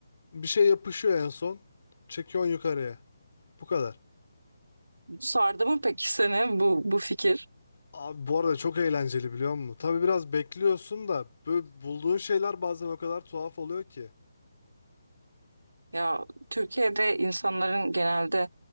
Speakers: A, on the left; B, on the right.
A: bir şey yapışıyor en son çekiyorsun yukarıya. Bu kadar.
B: Sardı mı peki seni bu, bu fikir?
A: Abi bu arada çok eğlenceli biliyor musun? Tabii biraz bekliyorsun da böyle bulduğun şeyler bazen o kadar tuhaf oluyor ki.
B: Ya Türkiye'de insanların genelde